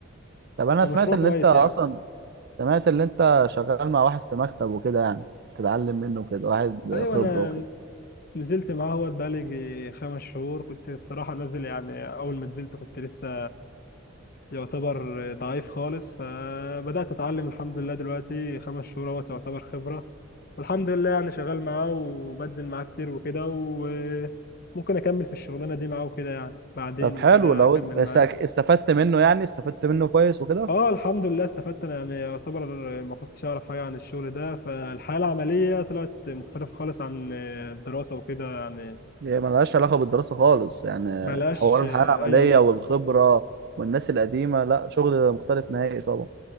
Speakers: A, on the right; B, on the left.
A: طب انا
B: فمشروع
A: سمعت ان
B: كويس
A: انت اصلا
B: يعني
A: سمعت اللي انت شغال مع واحد في مكتب وكده يعني بتتعلم منه وكده واحد
B: ايوه
A: خبرة
B: انا
A: وكده
B: نزلت معاه هو بقالي يجي خمس شهور كنت الصراحه نازل يعني اول ما نزلت كنت لسه يعتبر ضعيف خالص فبدات اتعلم الحمد لله دلوقتي خمس شهور اهوت يعتبر خبره والحمد لله يعني شغال معاه وبنزل معاه كتير وكده و ممكن اكمل في الشغلانه دي معاه وكده يعني بعدين
A: طب
B: وكده
A: حلو لو
B: اكمل
A: بس
B: معاه
A: استفدت منه يعني استفدت منه كويس وكده
B: اه الحمد لله استفدت انا يعني يعتبر ما كنتش اعرف حاجه عن الشغل ده فالحياه العمليه طلعت مختلفه خالص عن الدراسه وكده يعني
A: هي ملهاش علاقة بالدراسة خالص يعني
B: ما لهاش
A: حوار الحياة العملية
B: اي علاقه
A: والخبرة والناس القديمة لا شغل مختلف نهائي طبعا